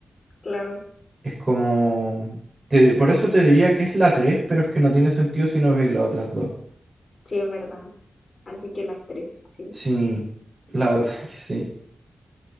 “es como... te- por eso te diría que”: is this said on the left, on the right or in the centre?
Right